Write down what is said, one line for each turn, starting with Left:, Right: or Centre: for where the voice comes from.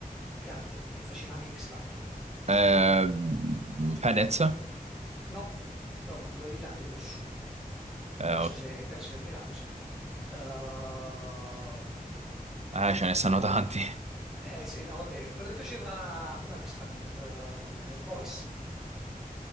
Centre: grande, che faceva anche X Factor.
Right: Eh, Fedez? Eh,
Centre: No, no, quello lì grande, grosso.
Right: oh,
Centre: Non so se penso sia di Milano, sì. Ehm,
Right: eh, ce ne stanno
Centre: ah,
Right: tanti.
Centre: eh sì, no, vabbè, quello che faceva no, X Factor, ehm, eh, The Voice,